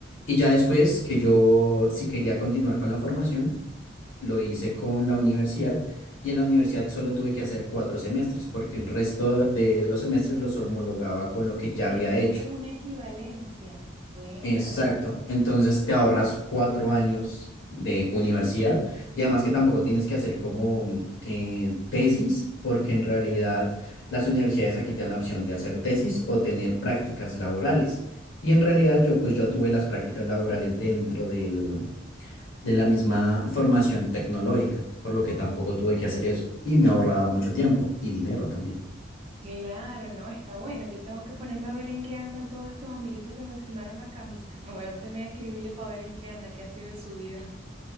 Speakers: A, on the left; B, on the right.
A: Y ya después que yo, si quería continuar con la formación, lo hice con la universidad y en la universidad solo tuve que hacer cuatro semestres porque el resto de, de los semestres los homologaba
B: Ah,
A: con lo que ya
B: te
A: había
B: hicieron
A: hecho.
B: como una equivalencia. Buena.
A: Exacto. Entonces te ahorras cuatro años de universidad y además que tampoco tienes que hacer como mm, eh, tesis, porque en realidad las universidades aquí te dan la opción de hacer tesis o tener prácticas laborales. Y en realidad yo pues yo tuve las prácticas laborales dentro del, de la misma formación tecnológica, por lo que tampoco tuve que hacer eso y me ahorraba mucho tiempo y dinero también.
B: Claro, no, está bueno. Yo tengo que ponerme a ver en qué andan todos estos amiguitos que me firmaron la camisa. Me voy a poner a escribirle para ver en qué anda, qué ha sido de su vida.